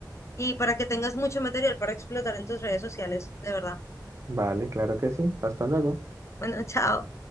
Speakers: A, on the left; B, on the right.
A: y para que tengas mucho material para explotar en tus redes sociales, de verdad.
B: Vale, claro que sí. Hasta luego.
A: Bueno, chao.